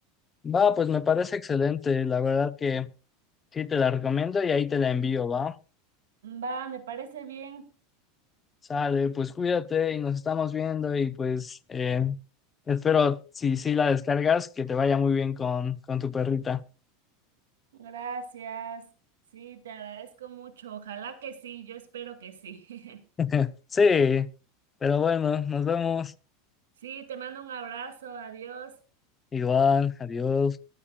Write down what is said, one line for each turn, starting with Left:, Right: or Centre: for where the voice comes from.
Left: Va, pues me parece excelente. La verdad que sí te la recomiendo y ahí te la envío, va.
Right: Va, me parece bien.
Left: Sale, pues cuídate y nos estamos viendo y pues eh, espero si sí la descargas que te vaya muy bien con, con tu perrita.
Right: Gracias. Sí, te agradezco mucho. Ojalá que sí, yo espero que sí.
Left: <laughs>
Right: <laughs>
Left: Sí, pero bueno, nos vemos.
Right: Sí, te mando un abrazo, adiós.
Left: Igual, adiós.